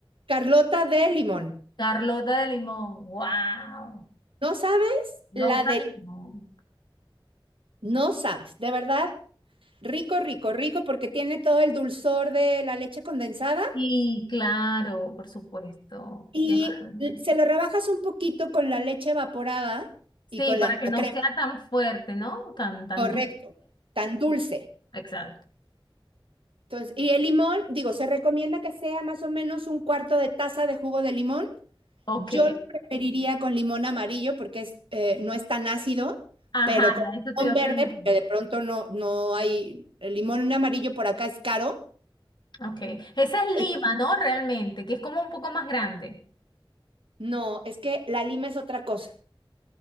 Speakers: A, on the right; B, on the left.
A: Carlota de limón.
B: Carlota de limón. ¡Wow!
A: ¿No sabes?
B: Lota
A: La de...
B: de limón.
A: No sabes, de verdad, rico, rico, rico, porque tiene todo el dulzor de la leche condensada
B: Sí, claro, por supuesto.
A: y
B: Qué maravilla.
A: l- se lo rebajas un poquito con la leche evaporada y
B: Sí,
A: con
B: para
A: la
B: que no
A: crema,
B: sea tan fuerte, ¿no? Tan, tan
A: correcto,
B: dulce.
A: tan dulce.
B: Exacto.
A: Entonces, y el limón, digo, se recomienda que sea más o menos un cuarto de taza de jugo de limón
B: Ok,
A: Yo lo preferiría con limón amarillo porque es, eh, no es tan ácido,
B: ajá,
A: pero con
B: ya, eso te
A: limón
B: iba a
A: verde,
B: preguntar.
A: porque de pronto no, no hay, el limón amarillo por acá es caro.
B: Ok, esa es
A: Eh,
B: Lima, ¿no? Realmente, que es como un poco más grande.
A: No, es que la lima es otra cosa.